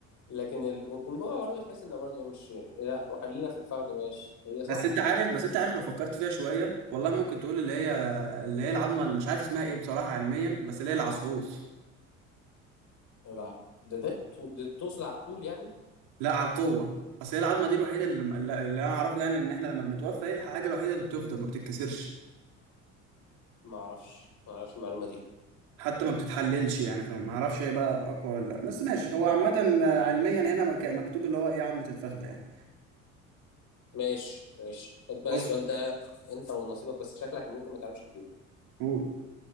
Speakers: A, on the left (about 45°); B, on the right (about 60°).
A: لكن ال... والجمجمه برضه تحس انها برضه مش لا وخلينا في الفخذ ماشي هي صح
B: بس انت عارف بس انت عارف لو فكرت فيها شويه والله ممكن تقول اللي هي اللي هي العظمه اللي مش عارف اسمها ايه بصراحه علميا بس اللي هي العصعوص
A: لا ده ده, التو- ده تقصد على الطول يعني
B: لا على القوه اصل هي العظمه دي الوحيده اللي, اللي انا اعرفه يعني ان احنا لما بنتوفى هي الحاجه الوحيده اللي بتفضل ما بتتكسرش
A: ما اعرفش ما اعرفش المعلومه دي
B: حتى ما بتتحللش يعني فما اعرفش هي بقى اقوى ولا لا بس ماشي هو عامه علميا هنا مك- مكتوب اللي هو ايه عظمه الفخذه يعني
A: ماشي ماشي خد بقى
B: خش
A: السؤال ده انت ونصيبك بس شكلك ممكن ما تعرفش تجيبه
B: قول